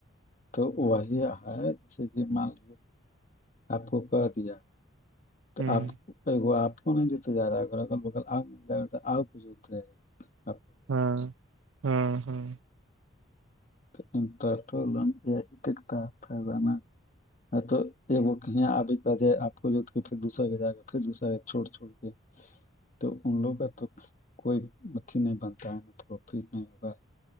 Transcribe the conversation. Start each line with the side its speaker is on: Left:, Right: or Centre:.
Left: تو وہی ہے جیسے کہ مان لیے آپ کو کہ دیا تو
Right: ہوں
Left: آپ آپ کو نہیں جتے جا رہا ہےگر ال بکل آ مل جائے گا تو آ کچھت رہے ہے
Right: ہاں ہوں ہوں
Left: انٹٹولن یہیاتا فائدان ہ تو ایک وہ یہ آب د آ کو جوت کےھر دوسرا کے جا پھر دوسرا چھوڑ چھوڑ تے <unintelligible> تو ان لوگوں کا تو کوئی اھی نہیں بنتا ہے پروفٹ نہیں ہوگا